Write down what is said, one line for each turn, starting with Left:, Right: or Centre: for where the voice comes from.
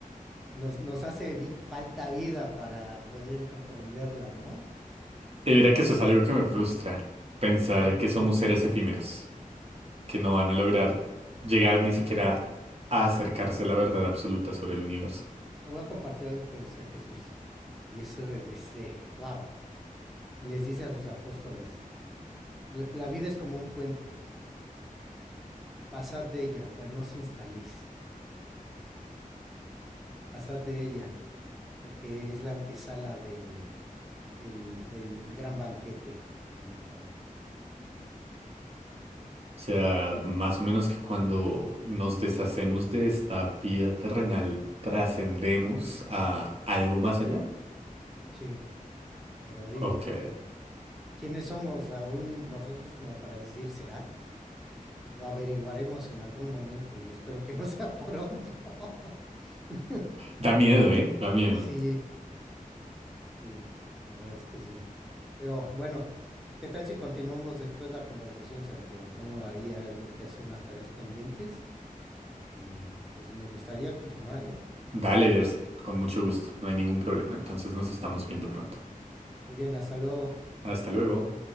Centre: nos, nos hace vi- falta vida para poder comprenderla, ¿no?
Right: Y mira que eso es algo que me frustra, pensar
Centre: Ujú.
Right: que somos seres efímeros. que no van a lograr llegar ni siquiera a acercarse a la verdad absoluta sobre el universo.
Centre: Te voy a compartir algo que decía Jesús. Y eso es de, wow, les dice a sus apóstoles. La, la vida es como un puente. Pasad de ella, pero no os instaléis. Pasad de ella, porque es la antesala de, del, del gran banquete con mi padre.
Right: O sea, más o menos que cuando nos deshacemos de esta vida terrenal, trascendemos a algo más allá.
Centre: Sí, pero digo,
Right: Ok.
Centre: eh, ¿quiénes somos aún nosotros como para decir será? Lo averiguaremos en algún momento y espero que no sea <laughs> pronto. <laughs>
Right: Da miedo, ¿eh? Da miedo.
Centre: Sí, Sí, la verdad es que sí. Pero bueno, ¿qué tal si continuamos después la conversación, Santiago? Tengo ahí algo que hacer, unas tareas pendientes y pues me gustaría continuar, ¿eh? La
Right: Dale,
Centre: verdad.
Right: Jersey, con mucho gusto. No hay ningún problema. Entonces nos estamos viendo pronto.
Centre: Muy bien, hasta luego.
Right: Hasta luego.